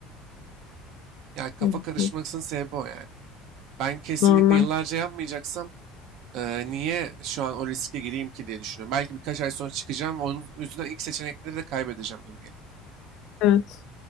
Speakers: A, on the right (about 65°); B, on the left (about 60°).
A: Yani kafa
B: Hı
A: karışmasının
B: hı.
A: sebebi o yani. Ben kesinlikle
B: Normal.
A: yıllarca yapmayacaksam eee, niye şu an o riske gireyim ki diye düşünüyorum. Belki birkaç ay sonra çıkacağım ve onun yüzünden ilk seçenekleri de kaybedeceğim gibi geliyor.
B: Evet.